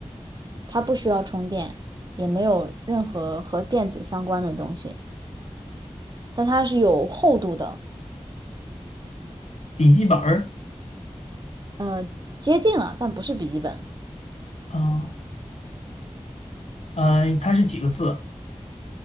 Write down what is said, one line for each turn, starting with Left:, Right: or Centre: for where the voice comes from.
Right: 它不需要充电，也没有任何和电子相关的东西，但它是有厚度的，
Left: 笔记本儿？
Right: 呃，接近了，但不是笔记本，
Left: 啊呃，它是几个字？